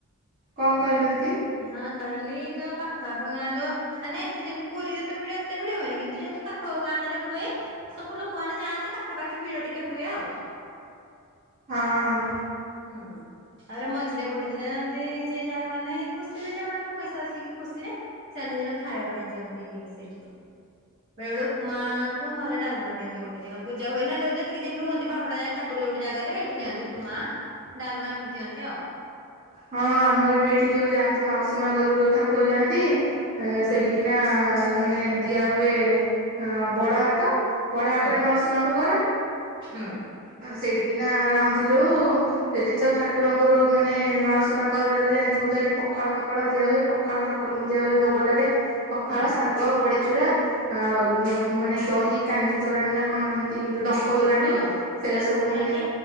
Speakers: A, on the right (about 40°); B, on the right (about 55°).
A: କଣ କହିଲ ଦିଦି?
B: ହଁ କହିଲି ତ ପାଖ ଆଖ ଗାଁ ର ମାନେ ଏଠେ ଯେମିତି ପୁରୀରେ ତ ଭିଡ ଏତେ ଭିଡ ହୁଏନି କିନ୍ତୁ ଯେହେତୁ ପାଖ ଗାଁ ଟାରେ ହୁଏ ସବୁ ଲୋକମାନନେ ଯାଆନ୍ତି ପାଖାପାଖି ଭିଡ ଟିକେ ହୁଏ ଆଉ।
A: ହଁ
B: ହୁଁ ତାପରେ ମଝିରେ ଗୋଟେ ଦିନ ଯାନ୍ତି ଯେ ଯାହାର ମାନେ ଖୁସିରେ ଯଉ ମାନଙ୍କର ପଇସା ଅଛି କି ଖୁସି ରେ ସେମାନେ ସେଇଦିନ ଖାଇବା ପାଇଁ ଦିଅନ୍ତି ସେଠି ବେଳେ ବେଳେ ଉପମା କ ନହେଲେ ଡାଲମା ଦିଅନ୍ତି ଗୋଟେ ଦିନ ପୂଜା ହୁଏ ନା ଯୋଉ ଯେତିକି ଦିନ ରୁହନ୍ତି ବାହାଡା ଯାଏ ଠାକୁର ଯୋଉଠି ଜାଗାରେ ସେଇଠି ଦିଅନ୍ତି ଉପମା ଡାଲମା ଏମିତି ଦିଅନ୍ତି ଆଉ।
A: ହଁ ଆମର ବି ଏଠି ଯୋଉ ଯାଆନ୍ତି ମାଉସୀ ମା ଘରକୁ ଯୋଉ ଠାକୁର ଯାଆନ୍ତି ଏ
B: ହୁଁ
A: ସେଇଠିକିନା ମାନେ ଦିଆ ହୁଏ ବଡ ହାଟ ବଡ ହାଟରେ
B: ହୁଁ
A: ମାଉସୀ ମାଙ୍କ ଘର
B: ହୁଁ
A: ସେଇଠିକିନା ରହନ୍ତି ଯେଉଁ ସେଠି ତ ଠାକୁରଙ୍କର ମାନେ ସୀମା ଘରେ ର ଜଣିଥିବ ତଇଠି ପଖାଳ ପଖା ଦିଆ ହୁଏ ପଖାଳ ଠାକୁରଙ୍କୁ ଦିଆ ହୁଏ ଭୋଗ ଲାଗେ ପଖାଳ
B: ହଁ
A: ଶାଗ ବଡିଚୁରା ଆ ମାନେ ଦହି କାଞ୍ଜିି ତୋରା କଣ ଏନ୍ତି ଡ କତରାଣୀ
B: ହଁ ହଁ
A: ସେଇଟା
B: ସେରା ତ
A: ସବୁ ମାନେ
B: ଲାଗେ